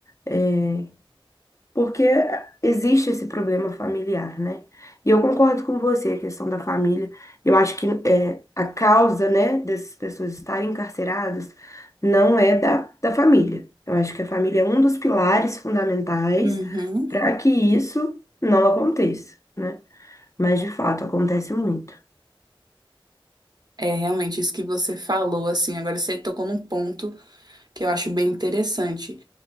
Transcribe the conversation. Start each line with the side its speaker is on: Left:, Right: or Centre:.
Left: é, porque existe esse problema familiar, né? E eu concordo com você, a questão da família. Eu acho que é, a causa, né, dessas pessoas estarem encarceradas não é da, da família. Eu acho que a família é um dos pilares fundamentais
Right: Uhum.
Left: para que isso não aconteça, né? Mas, de fato, acontece muito.
Right: É realmente isso que você falou, assim, agora você tocou num ponto que eu acho bem interessante.